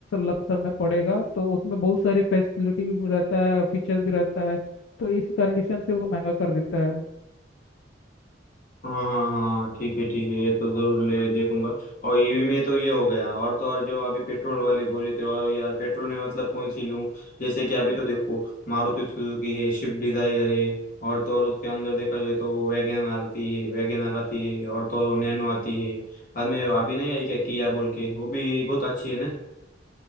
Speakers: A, on the left; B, on the left.
A: लमसम में पड़ेगा तो उसमें बहुत सारी फैसिलिटी भी रहता है फीचर भी रहता है तो इस कंडीशन से वो महंगा कर देता है
B: हाँ हाँ हाँ हाँ, ठीक है ठीक है ये तो जरूर ले देखूंगा और ईवी में तो ये हो गया और तो और जो अभी पेट्रोल वाले बोले थे और यार पेट्रोल में मतलब कौन सी लूं जैसे कि अभी तो देखो मारुति सुजुकी है स्विफ्ट डिजायर है और तो और उसके अंदर देखा जाए तो वैगन आती है वैगन आती है और तो नैनो आती है बाद में अभी नहीं आई क्या किया बोल के वो भी बहुत अच्छी है ना